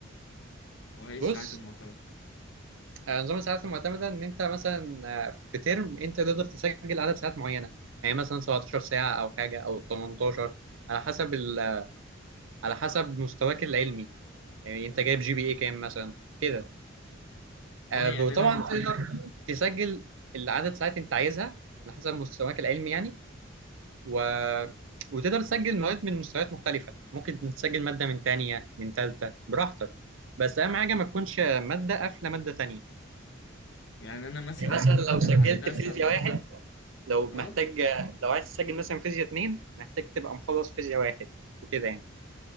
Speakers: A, on the left; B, on the right.
A: وايه الساعات
B: بص
A: المعتمدة
B: آه نظام الساعات المعتمده ان انت مثلا آه في ترم انت تقدر تسجل عدد ساعات معينه يعني مثلا 17 ساعه او حاجه او 18 على حسب ال- على حسب مستواك العلمي يعني انت جايب جي بي اي كام مثلا كده آه،
A: اه يعني
B: وطبعا
A: انا
B: تقدر تسجل العدد ساعات انت عايزها على حسب مستواك العلمي يعني و... وتقدر تسجل مواد من مستويات مختلفة ممكن تسجل مادة من تانية من تالتة براحتك بس أهم حاجة ما تكونش مادة قافلة مادة تانية
A: يعني انا مثلا
B: يعني مثلا لو سجلت
A: الهندسة
B: فيزياء واحد لو
A: اه
B: محتاج لو عايز تسجل مثلا فيزياء اتنين محتاج تبقى مخلص فيزياء واحد وكده يعني